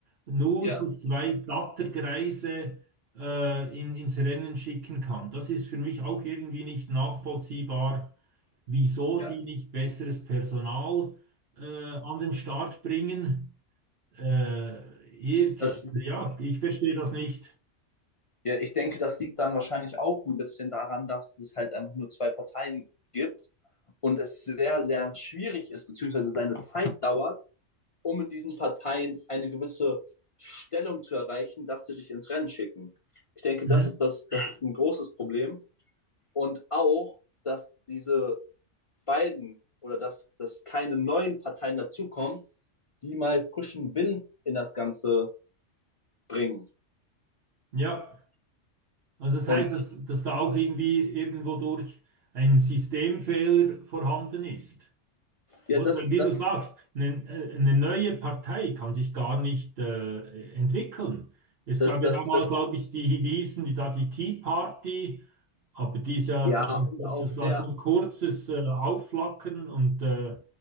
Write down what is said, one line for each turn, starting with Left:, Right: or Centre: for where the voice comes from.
Right: nur
Left: ja,
Right: so zwei Blattergreise äh, in, ins Rennen schicken kann. Das ist für mich auch irgendwie nicht nachvollziehbar wieso
Left: ja.
Right: die nicht besseres Personal äh, an den Start bringen. Äh, irg-
Left: Das,
Right: ja, ich verstehe das nicht.
Left: ja, ich denke, das liegt dann wahrscheinlich auch ein bisschen daran, dass es halt einfach nur zwei Parteien gibt und es sehr, sehr schwierig ist, beziehungsweise seine Zeit dauert, um in diesen Parteien eine gewisse Stellung zu erreichen, dass sie dich ins Rennen schicken. Ich denke,
Right: Mhm.
Left: das ist, das, das ist ein großes Problem. Und auch, dass diese beiden oder dass, dass keine neuen Parteien dazukommen, die mal frischen Wind in das Ganze bringen.
Right: Ja, also das heißt,
Left: Und
Right: dass, dass da auch irgendwie irgendwo durch ein Systemfehler vorhanden ist.
Left: ja,
Right: Oder
Left: das,
Right: weil, wie
Left: das,
Right: du sagst, eine, äh, eine neue Partei kann sich gar nicht äh, entwickeln. Es
Left: das,
Right: gab
Left: das,
Right: ja da mal,
Left: das,
Right: glaube ich, die, die hießen, die da die Tea Party, aber die ist ja,
Left: ja,
Right: das
Left: und auch
Right: war
Left: der,
Right: so ein kurzes äh, Aufflackern und äh,